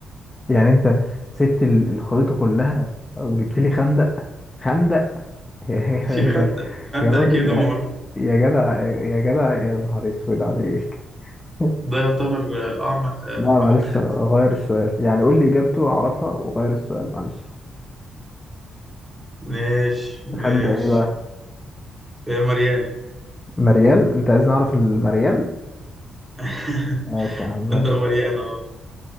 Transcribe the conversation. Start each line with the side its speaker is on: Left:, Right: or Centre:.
Left: يعني انت سبت ال- الخريطة كلها وجبت لي خندق خندق <laughs> يا
Right: في
Left: يا-
Right: خندق خندق
Left: يا راجل
Right: كده
Left: يا
Right: معروف
Left: يا جدع يا يا جدع يا نهار اسود عليك <laughs>
Right: ده يعتبر آه، أعمق آه،
Left: لا
Right: أعمق
Left: معلش
Right: حتة
Left: غير السؤال يعني قول لي اجابته اعرفها وغير السؤال معلش
Right: ماشي ماشي
Left: خندق ايه بقى
Right: يا مريانة
Left: مريال انت عايز نعرف المريال
Right: <laughs>
Left: ماشي يا عم ماشي
Right: خندق مريانة أه